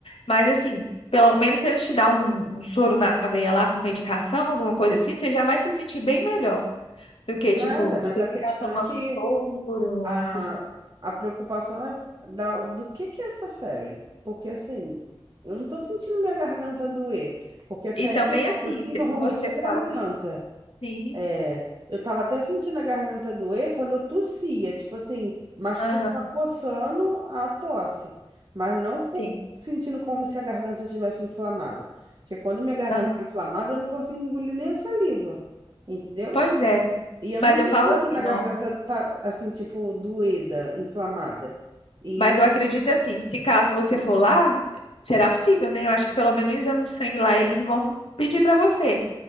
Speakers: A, on the left; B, on the right.
A: Mas assim, pelo menos se eles te dão um, um soro na veia lá com medicação, alguma coisa assim, você já vai se sentir bem melhor do que,
B: Nada,
A: tipo, você
B: mas a
A: ficar
B: questão
A: tomando
B: é que
A: soro,
B: a,
A: essas coisas.
B: a preocupação é da, do que que é essa febre? Porque assim, eu não tô sentindo minha garganta doer, porque febre
A: E também
B: alta
A: assim,
B: assim normalmente
A: você
B: é
A: fala
B: garganta.
A: sim,
B: É, eu tava até sentindo a garganta doer quando eu tossia, tipo assim, mas
A: aham,
B: por estar forçando a tosse, mas não por
A: sim,
B: sentindo como se a garganta estivesse inflamada. Porque quando minha garganta
A: aham.
B: tá inflamada, eu não consigo engolir nem a saliva, entendeu?
A: Pois é.
B: E eu
A: Mas
B: nunca
A: eu falo
B: senti
A: assim,
B: na garganta
A: ó.
B: tá, assim, tipo, doída, inflamada. E
A: Mas eu acredito assim, se caso você for lá, será possível, né? Eu acho que pelo menos o exame de sangue lá eles vão pedir pra você,